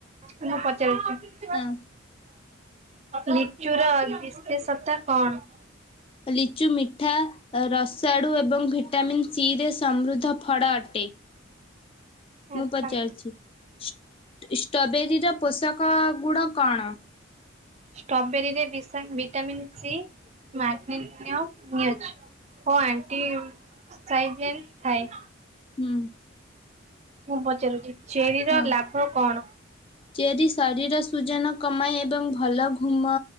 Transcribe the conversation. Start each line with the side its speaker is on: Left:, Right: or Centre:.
Right: ମୁଁ ପଚାରୁଚି
Left: ହଁ
Right: ଲିଚୁର ବିଶେଷତା କମ।
Left: ଲିଚୁ ମିଠା ଅ ରସାଡୁ ଏବଂ ଭିଟାମିନ୍ ସିରେ ସମୃଦ୍ଧ ଫଡ ଅଟେ
Right: ଆଚ୍ଛା।
Left: ମୁଁ ପଚାରୁଚି ଷ୍ ଇଷ୍ଟବେରୀର ପୋଷକ ଗୁଡ଼ କଣ?
Right: ଷ୍ଟବେରୀରେ ବିଶାନ୍ ଭିଟାମିନ ସି ମାଗ୍ନେନିୟମ୍ ବି ଅଛି। ଓ ଆଣ୍ଟି ସାଇଟଜେନ୍ ଥାଏ।
Left: ହୁଁ।
Right: ମୁଁ ପଚାରୁଚି ଚେରିର
Left: ହଁ
Right: ଲାଭ କଣ?
Left: ଚେରି ଶରୀର ସୁଜନ କମାଏ ଏବଂ ଭଲ ଘୁମ